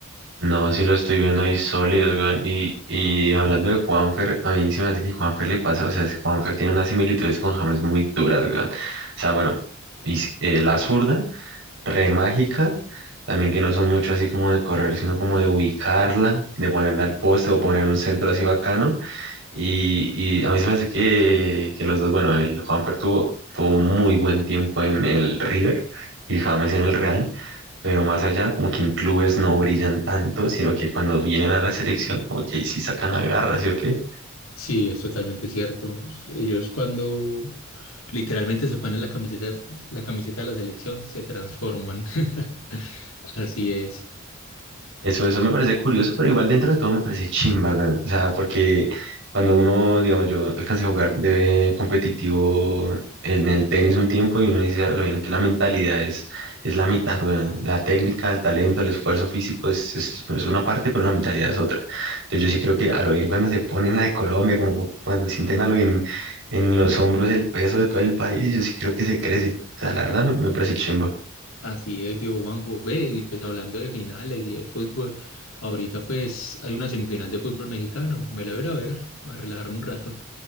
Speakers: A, on the right; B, on the left.
A: No, sí lo estoy viendo ahí sólidos, weón, y, y hablando de Juanfer, a mí se me hace que Juanfer le pasa, o sea, es- Juanfer tiene unas similitudes con James muy duras, weón, o sea, bueno, y, eh, la zurda re mágica, también que no son mucho así como de correr, sino como de ubicarla, de ponerla al poste o poner un centro así bacano. Y, y a mí se me hace que, que los dos, bueno, el Juanfer tuvo, tuvo un muy buen tiempo en el River y James en el Real, pero más allá, como que en clubes no brillan tanto, sino que cuando vienen a la selección, como que ahí sí sacan la garra, ¿sí o qué?
B: Sí, es totalmente cierto. Ellos cuando literalmente se ponen la camiseta, la camiseta de la selección, se transforman. <laughs> Así es.
A: Eso, eso me parece curioso, pero igual dentro de todo me parece chimba, weón. O sea, porque cuando uno, digamos, yo alcancé a jugar de competitivo en el tenis un tiempo y uno dice, "Ah, lo bien que la mentalidad es, es la mitad, weón. La técnica, el talento, el esfuerzo físico es, es, es una parte, pero la mentalidad es otra. Entonces yo sí creo que a lo bien cuando se ponen la de Colombia, como cuando sienten a lo bien en los hombros el peso de todo el país, yo sí creo que se crece. O sea, la verdad me, me parece chimba.
B: Así es, vio Juanjo. Ve, y pues hablando de finales y de fútbol, ahorita pues hay una semifinal de fútbol mexicano. Me la voy a ir a ver, va a relajarme un rato.